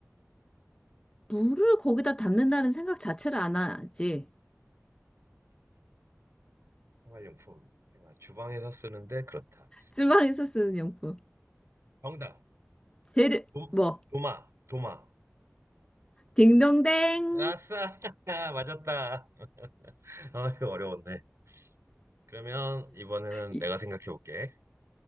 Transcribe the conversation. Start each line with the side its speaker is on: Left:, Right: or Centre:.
Left: 물을 거기다 담는다는 생각 자체를 안 하지.
Right: 생활용품. 생활. 주방에서 쓰는데 그렇다.
Left: 주방에서 쓰는 용품.
Right: 정답.
Left: 재료
Right: 도,
Left: 뭐
Right: 도마, 도마.
Left: 딩동댕.
Right: 아싸! <laughs> 맞았다. 아, 이거 어려웠네. 그러면 이번에는
Left: 이-
Right: 내가 생각해 볼게.